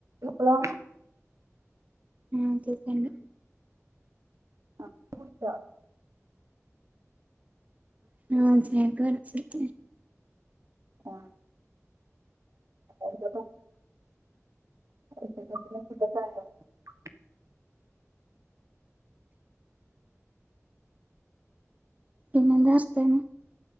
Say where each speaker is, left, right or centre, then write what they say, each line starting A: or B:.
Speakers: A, on the right; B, on the right.
A: ഇപ്പളോ
B: ആഹ് കേക്കെണ്ട്
A: <unintelligible> കുടിച്ചോ
B: ആഹ് <unintelligible>
A: ആഹ് എന്താപ്പോ <unintelligible>
B: പിന്നെന്താ വർത്താനം